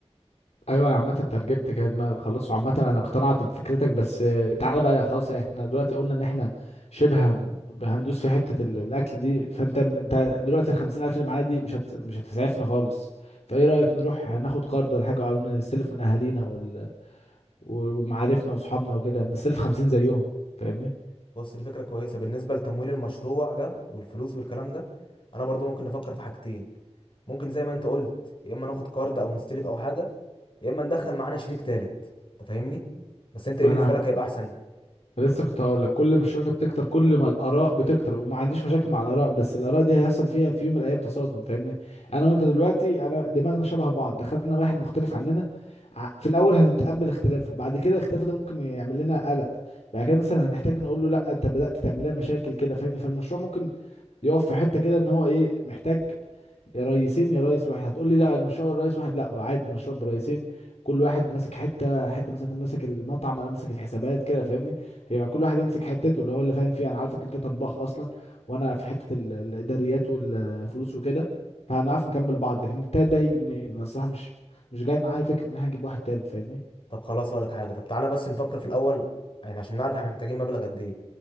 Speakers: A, on the left; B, on the left.
A: ايوه عامة ترجمت كده دماغي خلاص وعامة انا اقتنعت بفكرتك بس آه، تعالى بقى خلاص احنا دلوقتي قلنا ان احنا شبه هن- هندوس في حتة ال- الاكل دي فانت انت دلوقتي الخمسين الف اللي معانا دي مش هت... مش هتسعفنا خالص فايه رأيك نروح ناخد قرض ولا حاجة او نستلف من اهالينا وال... ومعارفنا وصحابنا وكده نستلف خمسين زيهم فاهمني؟
B: بص دي فكرة كويسة بالنسبة لتمويل المشروع ده والفلوس والكلام ده انا برضو ممكن نفكر في حاجتين ممكن زي ما انت قلت يا اما ناخد كارد او نستلف او حاجة يا اما ندخل معانا شريك تالت انت فاهمني بس انت ايه
A: انا
B: بالنسبة لك هيبقى احسن
A: أنا لسه كنت هقول لك كل ما الشبكه بتكتر كل ما الاراء بتكتر وما عنديش مشاكل مع الاراء بس الاراء دي هيحصل فيها في يوم من الايام تصادم فاهمني انا وانت دلوقتي انا دماغنا شبه بعض دخلنا واحد مختلف عننا ع- في الاول هنتقبل اختلافه بعد كده اختلافه ده ممكن يعمل لنا قلق بعد كده مثلا هنحتاج نقول له لا انت بدات تعمل لنا مشاكل كده فاهمني فالمشروع ممكن يقف في حته كده ان هو ايه محتاج يا ريسين يا ريس واحد هتقول لي لا المشروع رئيس واحد لا عادي مشروع برئيسين كل واحد ماسك حته حته مثلا انت ماسك المطعم انا ماسك الحسابات كده فاهمني هيبقى كل واحد يمسك حتته اللي هو اللي فاهم فيها انا عارفك انت طباخ اصلا وانا في حته ال- الاداريات والفلوس وكده فهنعرف نكمل بعض لكن التالت ده هيجي منين انا الصراحه مش مش جاي معايا فكره ان احنا نجيب واحد تالت فاهمني
B: طب خلاص هقول لك حاجة طب تعالى بس نفكر في الاول يعني عشان نعرف احنا محتاجين مبلغ قد ايه